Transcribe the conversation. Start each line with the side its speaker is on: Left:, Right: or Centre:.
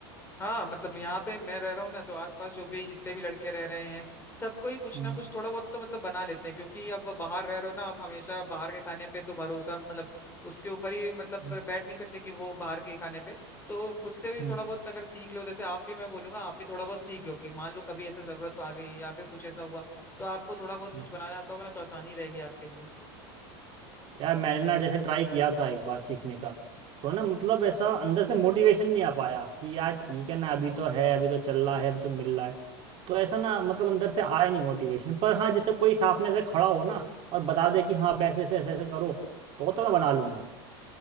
Left: हाँ मतलब यहाँ पे मैं रह रहा हूँ ना तो आसपास जो भी जितने भी लड़के रह रहे हैं सबको ही कुछ
Right: हम्म
Left: ना कुछ थोड़ा बहुत तो मतलब बना लेते हैं क्योंकि अब बाहर रह रहे हो ना आप हमेशा बाहर के खाने पे तो भरोसा मतलब उसके ऊपर ही मतलब
Right: हम्म,
Left: बैठ नहीं सकते कि वो बाहर के ही खाने पे तो खुद से भी
Right: हम्म,
Left: थोड़ा बहुत अगर सीख लो जैसे आप भी मैं बोलूंगा आप भी थोड़ा बहुत सीख लो कि मान लो कभी ऐसे जरूरत आ गई या फिर कुछ ऐसा हुआ तो आपको थोड़ा बहुत कुछ
Right: हम्म,
Left: बनाना आता होगा ना तो आसानी रहेगी आपके लिए
Right: यार मैंने ना जैसे ट्राई किया था एक बार सीखने का तो ना मतलब ऐसा अंदर से मोटिवेशन नहीं आ पाया कि यार ठीक है ना अभी तो है अभी तो चल रहा है अभी तो मिल रहा है तो ऐसा ना मतलब अंदर से आया नहीं मोटिवेशन पर हाँ जैसे कोई साथ में ऐसे खड़ा हो ना और बता दे कि हाँ वैसे ऐसे ऐसे ऐसे करो तो तो मैं बना लूंगा